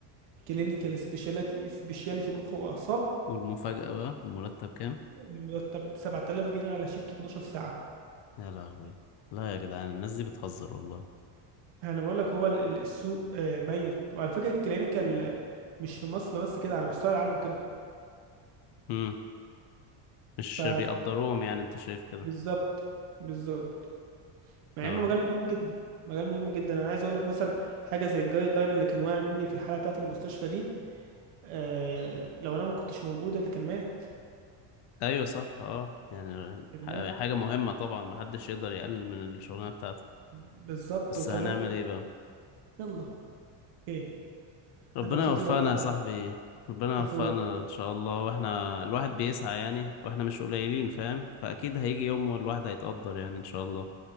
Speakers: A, on the right; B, on the left.
A: كلينيكال سبيشاليتي سبيشاليتي مخ وأعصاب
B: والمفاجأة بقى المرتب كام
A: المرتب 7000 جنيه على شيفت 12 ساعة
B: يا لهوي لا يا جدعان الناس دي بتهزر والله
A: انا بقول لك هو ال- ال- السوق آه، ميت وعلى فكره الكلينيكال مش في مصر بس كده على مستوى العالم كده
B: امم مش
A: ف
B: بيقدروهم يعني انت شايف كده
A: بالظبط بالظبط مع
B: اه
A: انه مجال مهم جدا مجال مهم جدا انا عايز اقول لك مثلا حاجه زي الجايد لاين اللي كان واقع مني في الحاله بتاعه المستشفى دي آه لو انا ما كنتش موجوده اللي كان مات
B: ايوه صح اه يعني
A: كان
B: ح- يعني
A: مات
B: حاجة مهمة طبعا محدش يقدر يقلل من الشغلانة بتاعته
A: بالظبط
B: بس
A: وكمان
B: هنعمل ايه بقى
A: يلا اوكي
B: ربنا
A: انا مبسوط
B: يوفقنا
A: ان انا
B: يا صاحبي ربنا
A: اخوي
B: يوفقنا ان شاء الله واحنا الواحد بيسعى يعني واحنا مش قليلين فاهم فاكيد هيجي يوم والواحد هيتقدر يعني ان شاء الله إن